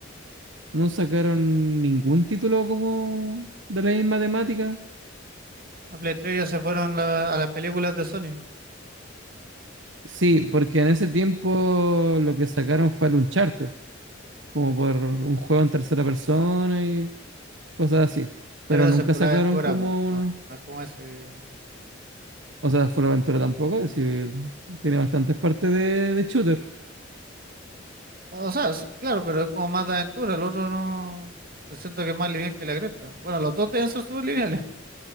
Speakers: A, on the right; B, on the right.
A: no sacaron ningún título como de la misma temática.
B: La Play 3 ya se fueron la- a las películas de Sony. Sí,
A: Sí, porque en ese tiempo lo que sacaron fue el Uncharted. como por un juego en tercera persona y cosas así. Pero
B: Pero
A: nunca
B: se fue
A: sacaron
B: la aventura,
A: como
B: po.
A: un...
B: No, no es como ese. que-
A: O sea, Full aventura tampoco, es decir, tiene bastantes partes de, de shooter.
B: O sea, sí, claro, pero es como más de aventura. El otro no. yo Siento que es más lineal que la cresta. Bueno, los dos deben ser súper lineales,